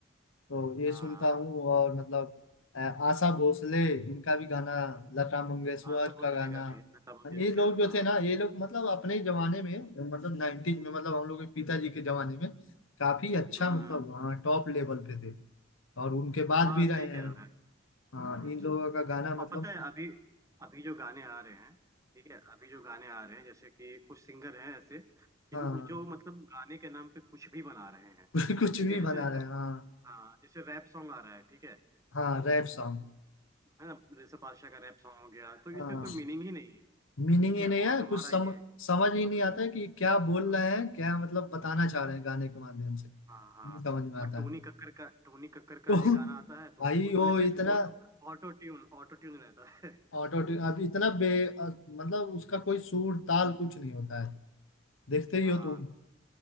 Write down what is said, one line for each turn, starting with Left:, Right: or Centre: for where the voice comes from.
Left: तो ये
Right: हाँ
Left: सुनता हूँ
Right: हाँ
Left: और मतलब अ, आशा भोसले इनका भी गाना लता मंगेशकर
Right: आसफ
Left: का
Right: भोसले
Left: गाना
Right: का भी लता मंगेशकर
Left: ये लोग जो
Right: हाँ
Left: थे ना ये लोग मतलब अपने ही जमाने में मतलब नाइन्टीज में मतलब हम लोग के पिताजी के जमाने में काफी अच्छा
Right: हम्म
Left: मतलब
Right: हम्म
Left: हाँ टॉप लेवल पे थे और उनके बाद
Right: हाँ
Left: भी
Right: सही
Left: रहे हैं
Right: कह रहे हैं
Left: हाँ इन लोगों का गाना मतलब
Right: और पता
Left: मुझे
Right: है अभी अभी जो गाने आ रहे हैं ठीक है अभी जो गाने आ रहे हैं जैसे कि कुछ सिंगर हैं ऐसे
Left: हाँ
Right: जिन जो मतलब गाने के नाम पे कुछ भी बना रहे हैं
Left: <laughs> कुछ
Right: ठीक
Left: भी
Right: है जैसे
Left: बना
Right: रै-
Left: रहे हैं हाँ
Right: हाँ जैसे रैप सॉन्ग आ रहा है ठीक है
Left: हाँ रैप सॉन्ग
Right: है ना जैसे बादशाह का रैप सॉन्ग हो गया तो
Left: हाँ
Right: इसमें कोई मीनिंग ही नहीं है
Left: मीनिंग
Right: ठीक
Left: ही
Right: है
Left: नहीं
Right: और
Left: है
Right: तुम्हारा
Left: कुछ सम,
Right: ये
Left: समझ ही
Right: हाँ
Left: नहीं आता है कि क्या बोल
Right: हाँ
Left: रहे हैं क्या मतलब बताना चाह
Right: हाँ
Left: रहे हैं गाने के माध्यम से
Right: हाँ हाँ
Left: नहीं समझ में आता
Right: और टोनी
Left: है
Right: कक्कर का टोनी कक्कर
Left: तो
Right: का
Left: <laughs>
Right: एक गाना आता है तो
Left: भाई
Right: उसमें
Left: वो
Right: सिर्फ
Left: इतना
Right: auto auto tune auto tune रहता है
Left: ऑटो ट्यून, अब इतना बे अ, मतलब उसका कोई सुर ताल कुछ नहीं होता है देखते
Right: <laughs>
Left: ही
Right: हाँ
Left: हो तुम